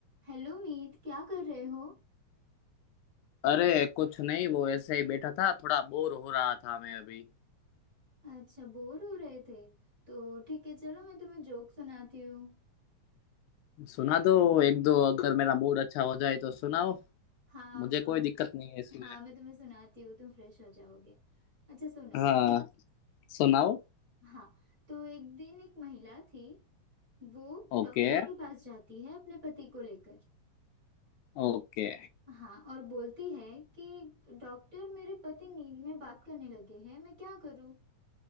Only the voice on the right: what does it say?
Hello Meet क्या कर रहे हो
अच्छा बोर हो रहे थे तो ठीक है चलो मैं तुम्हें जोक सुनाती हूँ
हाँ
अ, हाँ मैं तुम्हें सुनाती हूँ तुम फ्रेश हो जाओगे अच्छा सुनो
हाँ तो एक दिन एक महिला थी वो
डॉक्टर के पास जाती है अपने पति को लेकर
हाँ और बोलती है कि डॉक्टर मेरे पति नींद में बात करने लगे हैं मैं क्या करूँ